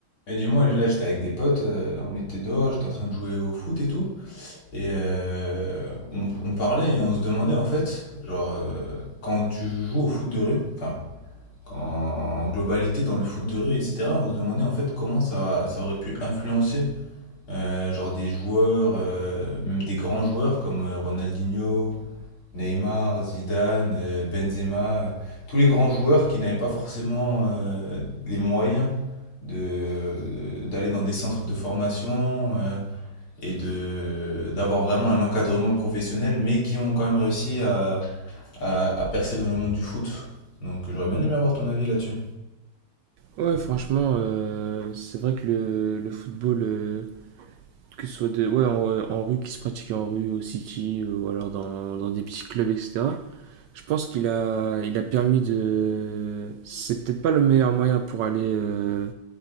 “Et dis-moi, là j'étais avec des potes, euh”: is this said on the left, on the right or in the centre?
Left